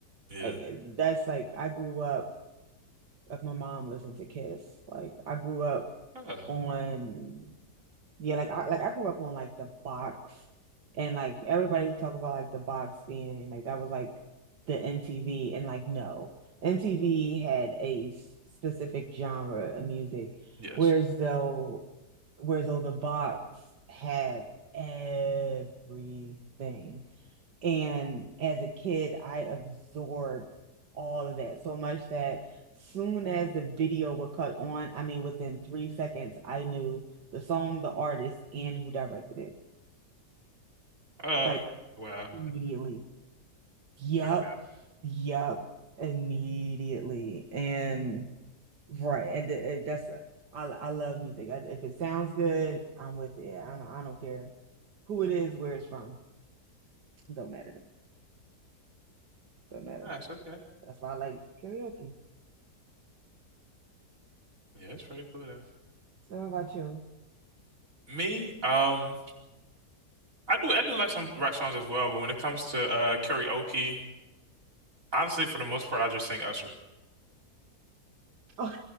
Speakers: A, on the right (about 50°); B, on the right (about 85°).
A: Yeah.
B: like that's like I grew up. Like my mom listened to Kiss. Like I grew up
A: Oh,
B: on Yeah, like I like I grew up on like the box and like everybody would talk about like the box being like that was like the MTV and like no. MTV had a s- specific genre of music,
A: yes.
B: whereas though whereas though the box had everything. And as a kid, I absorbed all of that so much that soon as the video would cut on, I mean, within three seconds, I knew the song, the artist, and who directed it.
A: Oh,
B: Like
A: okay. Wow.
B: immediately. Yup.
A: Okay.
B: Yup. Immediately. And right. And it, it- that's, I, I love music. I- If it sounds good, I'm with it. I don't, I don't care who it is, where it's from. Don't matter. Don't matter.
A: Nice. Okay.
B: That's why I like karaoke.
A: Yeah, it's pretty cool though.
B: So how about you?
A: Me, um, I do I do like some rock songs as well, but when it comes to uh karaoke, honestly, for the most part, I just sing Usher.
B: Oh,